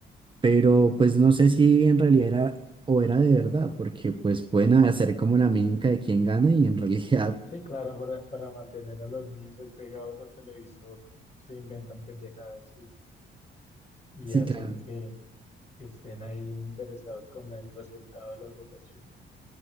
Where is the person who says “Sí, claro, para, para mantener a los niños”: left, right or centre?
Left